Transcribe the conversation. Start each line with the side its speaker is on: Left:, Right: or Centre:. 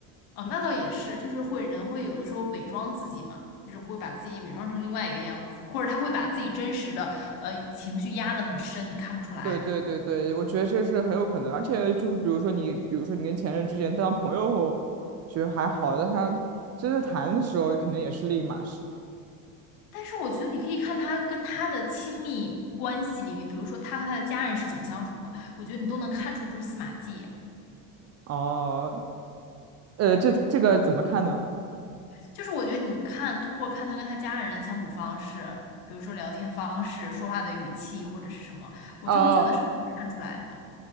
Left: 啊，那倒也是，就是会人会有的时候伪装自己嘛，就是会把自己伪装成另外一个样子，或者他会把自己真实的呃情绪压得很深，你看不出来。
Right: 对对对对，我觉得这是很有可能，而且就是比如说你，比如说你跟前任之间当朋友后，觉得还好，但他真的谈的时候，可能也是另一码事。
Left: 但是我觉得你可以看他跟他的亲密关系里面，比如说他和他的家人是怎么相处的，我觉得你都能看出蛛丝马迹。
Right: 哦，呃，这这个怎么看呢？
Left: 就是我觉得你看，通过看他跟他家人的相处方式，比如说聊天方式、说话的语气或者是什么，我就是觉得是可以看出来的，
Right: 哦，